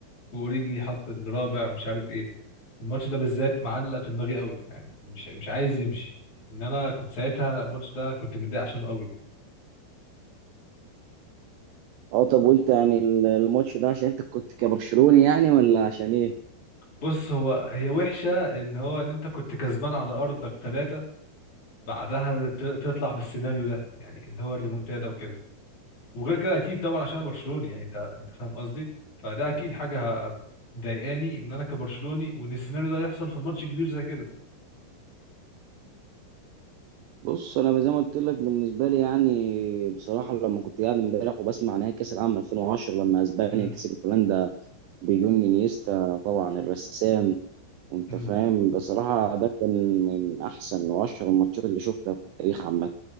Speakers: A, on the left; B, on the right.
A: واوريجي حط الرابع ومش عارف ايه الماتش ده بالذات معلق في دماغي قوي يعني مش مش عايز يمشي ان انا كنت ساعتها الماتش ده كنت متضايق عشانه قوي
B: اه طب وانت يعني الماتش ده عشان انت كنت كبرشلوني يعني ولا عشان ايه؟
A: بص هو هي وحشة ان هو ان انت كنت كسبان على ارضك ثلاثة بعدها ت- تطلع بالسيناريو ده يعني اللي هو الريمونتادا وكده وغير كده اكيد طبعا عشان أنا برشلوني يعني انت انت فاهم قصدي فده اكيد حاجه ه- مضايقاني ان انا كبرشلوني وان السيناريو ده يحصل في ماتش كبير زي كده
B: بص انا زي ما قلت لك بالنسبه لي يعني بصراحه لما كنت قاعد امبارح وبسمع نهائي كاس العالم 2010 لما اسبانيا
A: امم
B: كسبت هولندا بجون انيستا طبعا الرسام انت
A: امم
B: فاهم بصراحه ده كان من احسن واشهر الماتشات اللي شفتها في التاريخ عامه